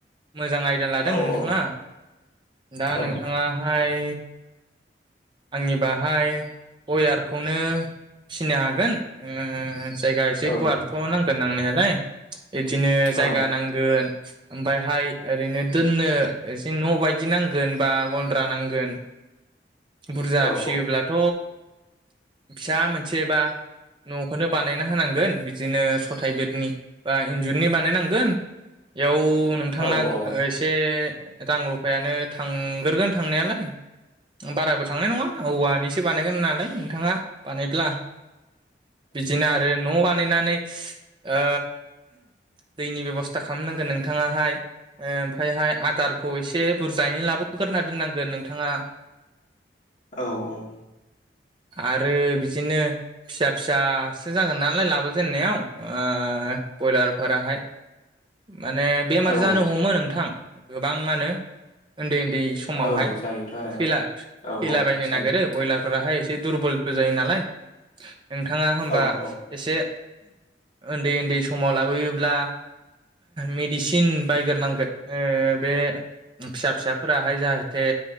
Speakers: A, on the right; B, on the left.
A: मोजां आयदा लादों
B: औ
A: नोंथाङा
B: औ
A: दा
B: औ
A: नोंथाङाहाय आंनि बाहाय बयलारखौनो फिसिनो हागोन। ओ जायगा एसे
B: औ
A: गुवारथ नांगोन नांनायालाय। बिदिनो जायगा
B: औ
A: नांगोन ओमफ्रायहाय ओरैनो दोननो एसे न बायदि नांगोन बा गन्द्रा नांगोन। बुरजा
B: औ
A: फिसियोब्लाथ फिसा मोनसे बा न'खोनो बानायना होनांगोन बिदिनो सथायाइ बेरनि बा इन्जुरनि बानायनांगोन। बेयाव नोंथांना
B: औ औ
A: एसे रां रुफायानो थांग्रोगोन थांनायालाय बाराबो थांनाय नङा औवानि बानागोन होननानै नोंथाङा बानायब्ला बिदिनो आरो न' बानायनानै ओ दैनि बेबस्था खालामनांगोन नोंथाङाहाय। ओमफ्रायहाय आदारखौ एसे बुरजायैनो लाबोग्रोना दोननांगोन नोंथाङा।
B: औ-औ
A: आरो बिदिनो फिसा फिसासो जागोन नालाय लाबोजेननायाव ओ ब्रयलार फोराहाय माने बेमार
B: औ
A: जानो हमो नोंथां गोबाङानो उन्दै उन्दै समावहाय
B: औ औ जायोथ' आरो
A: थैला थैलाबायायनो
B: औ औ जायो
A: नागिरो ब्रयलार बयलार फोराहाय एसे दुरबलबो जायो नालाय नोंथाङा होमबा
B: औ
A: एसे उन्दै उन्दै समाव लाबोयोब्ला मेडसिन थिन बायग्रोनांगोन ओ बे फिसा फिसाफोराहाय जाहाथे